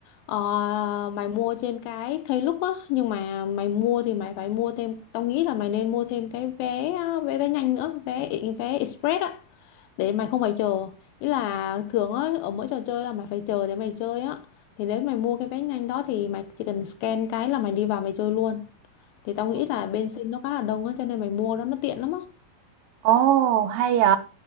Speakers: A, on the left; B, on the right.
A: Ờ, mày mua trên cái Klook á. Nhưng mà mày mua thì mày phải mua thêm. Tao nghĩ là mày nên mua thêm cái vé vé vé nhanh nữa. Vé vé express á. Để mày không phải chờ. Ý là thường á, ở mỗi trò chơi là mày phải chờ để mày chơi á. Thì nếu mày mua cái vé nhanh đó thì mày chỉ cần scan cái là mày đi vào mày chơi luôn thì tao nghĩ
B: Ồ.
A: là bên sinh nó khá là đông á cho nên mày mua đó nó tiện lắm á
B: Ồ, hay vậy.